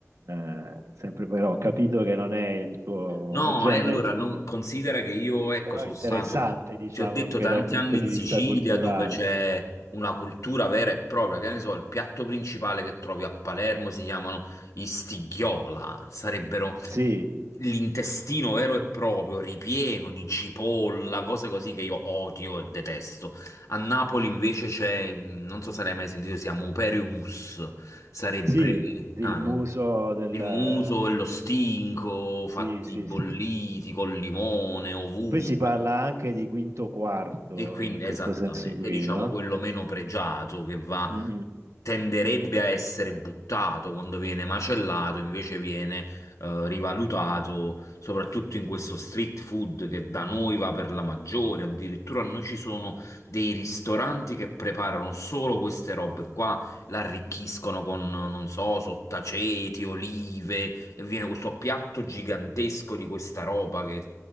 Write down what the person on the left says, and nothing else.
No,
e allora
non, considera che io, ecco,
sono
stato,
ti ho detto,
tanti
anni in
Sicilia
dove c'è una cultura vera e propria, che ne so, il piatto principale che trovi a Palermo si chiamano i stighiola, sarebbero
l'intestino vero e proprio, ripieno di cipolla, cose così che io odio e detesto. A Napoli invece c'è, non so se l'hai mai sentito, si chiama operiumus, sarebbe
ah,
il muso e lo stinco
fatti
bolliti
col limone ovunque.
E quindi
esattamente,
diciamo
quello meno pregiato che va,
tenderebbe a essere buttato quando viene macellato, invece viene eh, rivalutato, soprattutto in questo street food che da noi va per la maggiore. Addirittura noi ci sono dei ristoranti che preparano solo queste robe qua, l'arricchiscono con, non so, sottaceti, olive, e viene questo piatto gigantesco di questa roba che